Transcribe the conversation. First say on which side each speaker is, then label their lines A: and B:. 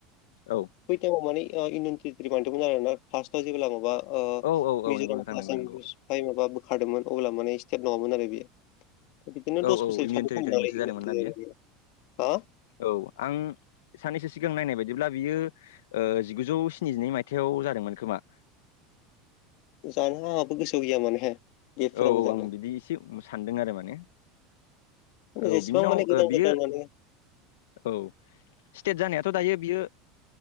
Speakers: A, on the left (about 85°); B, on the left (about 60°).
A: औ
B: बै टाइमाव माने इन बान्दोंमोन आर ना फार्टआव जेब्ला माबा
A: औ औ
B: मिज'राम
A: नंगौ नोंथां
B: <unintelligible>
A: नंगौ नंगौ
B: माबा बोखारदोंमोन अब्ला माने स्टेट नङामोन आरो बेयो बिदिनो
A: औ
B: दस
A: औ
B: बोसोर
A: इण्डियान
B: <unintelligible>
A: टेरिटरि मोनसे
B: आरो
A: जादोंमोन ना बियो
B: हा
A: औ आं साननैसो सिगां नायनाय बायदिब्ला बियो जिगुजौ स्निजिनै मायथाइयाव जादोंमोन खोमा
B: जानो आंहाबो गोसोआव गैया माने डेटफोरा
A: औ
B: मोजांनो
A: औ आं बिदि एसे सानदों आरो माने
B: माने
A: औ
B: जेसेबां
A: बिनि उनाव
B: माने गोदान
A: बियो
B: गोदान माने
A: औ स्टेट जानायाथ' दायो बियो